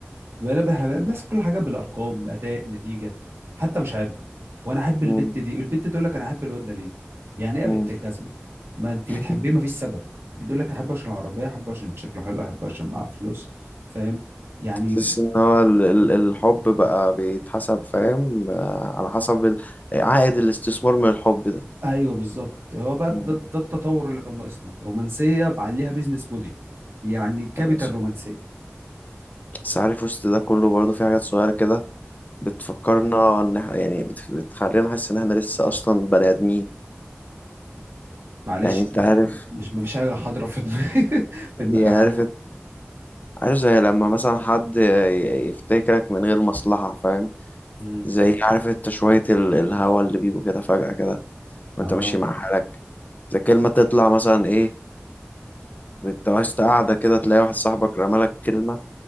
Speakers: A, on the right; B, on the left.
A: بنبه الناس كل حاجه بالارقام اداء نتيجه حتى مشاعرنا وانا احب البت
B: مم.
A: دي والبت تقول لك انا احب الواد ده ليه يعني ايه يا
B: مم.
A: بنت الجزمه ما انت
B: <laughs>
A: بتحبيه ما فيش سبب تقول لك احبه عشان العربيه احبه عشان شكله حلو احبه عشان معاه فلوس فاهم يعني
B: تحس ان هو ال- ال- الحب بقى بيتحسب فاهم آه، على حسب ال- عائد الاستثمار من الحب ده
A: ايوه بالظبط هو بقى ده,
B: مم.
A: ده التطور اللي كان ناقصنا رومانسيه عليها بيزنس موديل يعني كابيتال
B: بس
A: رومانسيه
B: بس عارف وسط ده كله برضه في حاجات صغيرة كده بتفكرنا ان احنا يعني بت- بتخلينا نحس ان احنا لسه اصلا بني ادمين
A: معلش
B: يعني انت عارف
A: مش ما فيش حاجه حاضره في دماغي <laughs> في دماغي
B: يعني
A: حاليا
B: عارف عارف زي لما مثلا حد ي- يفتكرك من غير مصلحة فاهم
A: امم
B: زي عارف انت شوية ال- الهوا اللي بيجوا كده فجأة كده وانت
A: اه
B: ماشي مع حالك زي كلمة تطلع مثلا ايه وانت وسط قاعدة كده تلاقي واحد صاحبك رمالك كلمة